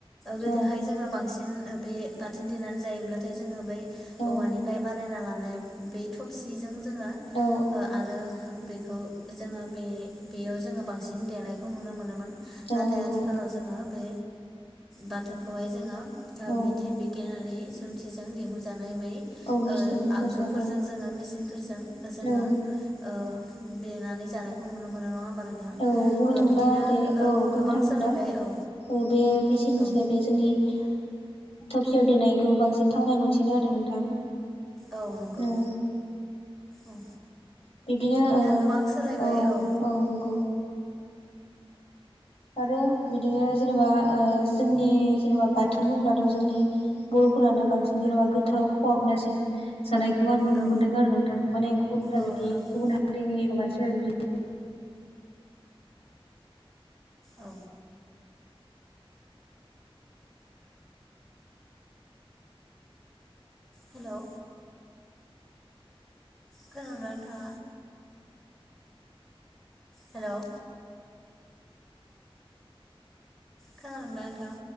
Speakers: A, in the centre; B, on the left.
A: गोदोहाय
B: औ
A: जोङो बांसिन बे बाथोन देनानै जायोब्लाथाय जोङो बै
B: औ
A: औवानिफ्राय बानायना ला नाय बे थबसिजों जोङो
B: औ
A: ओ आरो बेखौ जोङो बे बेयाव जोङो बांसिन देनायखौ नुनो मोनोमोन नाथाय
B: औ नंगौ
A: आथिखालाव जोङो बे बाथोनखौहाय जोङो
B: औ
A: बिदि बिगियानारि जुन्थिजों दिहुनजानाय बे
B: औ मेचिनफोरजों
A: ओ आगजुफोरजों
B: औ
A: जोङो मेसिनफोरजों जोङो
B: औ
A: ओ देनानै जानायखौ नुनो मोनो नङा होमबा नोंथां
B: औ बुंनो
A: ओ
B: थांब्ला
A: बिदिनो
B: बे
A: ओ
B: औ
A: गोबां
B: बुंनो थाङोब्ला
A: सोलायबाय औ
B: औ बे मेसिननिसाय
A: औ
B: बे जोंनि थफसेयाव दोननायखौ बांसिन थावनाय मोनसिनो आरो नोंथां
A: औ नंगौ
B: उम
A: औ
B: बिदिनो
A: गोबां सोलायबाय
B: औ-औ-औ
A: औ
B: नंगौ आरो बिदिनो जेनेबा ओ जोंनि जेनेबा बाथोन बुंब्लाथ' जोंनि ब अफोरानो बांसिन जेनेबा गोथाव खहाबनासिन जानायखौ आं नुनो
A: औ
B: मोन्दों आरो नोंथां माने गुबुनफोरा
A: औ
B: बिदि
A: नंगौ
B: गुबुन हारिनि एबा मानसिफोरा बिदि
A: औ हेलौ खोनादोंना नोंथाङा हेलौ खोनादोंना नोंथां